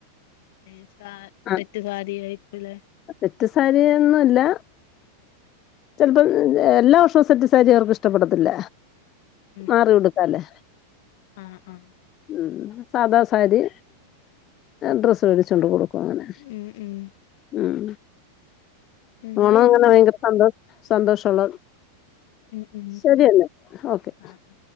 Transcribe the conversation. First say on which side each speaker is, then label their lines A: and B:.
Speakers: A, on the left; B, on the left.
A: ഈ സാ
B: ആ
A: സെറ്റ് സാരി ആയിരിക്കലെ.
B: സെറ്റ് സാരിയൊന്നുല്ല. ചെലപ്പം എല്ലാ വർഷോം സെറ്റ്സാരി അവർക്ക്‌ ഇഷ്ടപ്പെടത്തില്ല.
A: ഉം
B: മാറി ഉടുക്കാല്ലാ
A: ആ ആ
B: ഉം. സാദാ സാരി. ഡ്രസ്സ് വേടിച്ചുണ്ട് കൊടുക്കും അങ്ങനെ
A: ഉം ഉം
B: ഉം.
A: എന്നാ
B: ഓണം
A: പിന്നെ
B: എങ്ങനെ ഭയങ്കര സന്തോ, സന്തോഷള്ള
A: ഉം ഉം
B: ശരിയന്നെ ഓക്കെ.
A: ആ ആ